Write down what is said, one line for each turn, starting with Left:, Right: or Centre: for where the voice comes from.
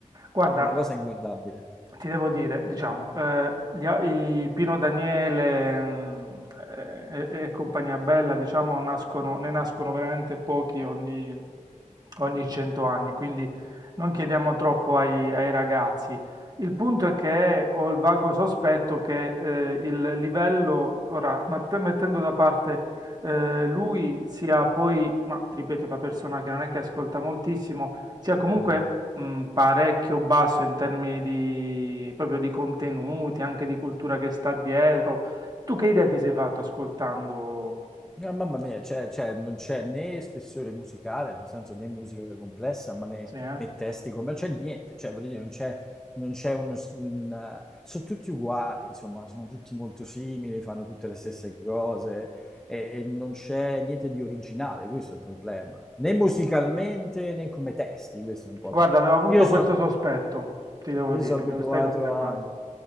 Right: Guarda,
Centre: una cosa inguardabile.
Right: ti devo dire, diciamo, eh, gli a- i Pino Daniele mm, e, e- e compagnia bella, diciamo, nascono, ne nascono veramente pochi ogni, ogni 100 anni, quindi non chiediamo troppo ai, ai ragazzi. Il punto è che ho il vago sospetto che eh, il livello, ora, matt- mettendo da parte eh, lui, sia poi, ma ti ripeto, da persona che non è che ascolta moltissimo, sia comunque
Centre: Mm.
Right: mh, parecchio basso in termini di, proprio di contenuti, anche di cultura che sta dietro. Tu che idea ti sei fatto ascoltando?
Centre: No, mamma mia, cioè, cioè, non c'è né spessore musicale, nel senso né musica complessa, ma né,
Right: Sì, eh?
Centre: né testi, com- non c'è niente, cioè, voglio dire, non c'è, non c'è uno s- un, eh, sono tutti uguali, insomma, sono tutti molto simili, fanno tutte le stesse cose e, e non c'è niente di originale, questo è il problema, né musicalmente né come testi, questo è un po'
Right: Guarda,
Centre: la...
Right: avevo avuto
Centre: Io so-
Right: questo sospetto, ti devo
Centre: io
Right: dire,
Centre: sono
Right: me
Centre: abituato
Right: lo stai confermando.
Centre: a...